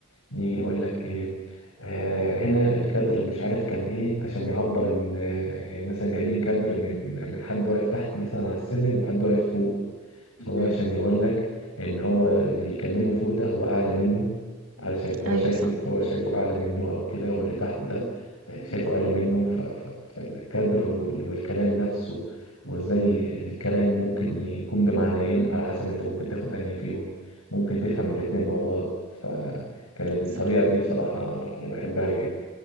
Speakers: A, on the left (about 75°); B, on the right (about 75°).
A: يجي يقول لك ايه آه هنا الكادر مش عارف كان ايه عشان يعبر ان آه، يعني مثلا جايبين كادر من من حد واقف تحت مثلا على السلم وحد واقف فوق فهو
B: امم
A: عشان يقول لك ان هو اللي بيكلمه فوق ده هو اعلى منه علشان هو
B: ايوه
A: شايفه
B: صح
A: هو شايفه اعلى منه او كده واللي تحت ده شايفه اقل منه ف- ف- فالكدر وال- والكلام نفسه وازاي الكلام ممكن يكون بمعنيين على حسب انت ممكن تاخد انهي فيهم ممكن تفهم الاتنين مع بعض فكان الطريقة
B: صح
A: دي بصراحة أنا بحبها جدا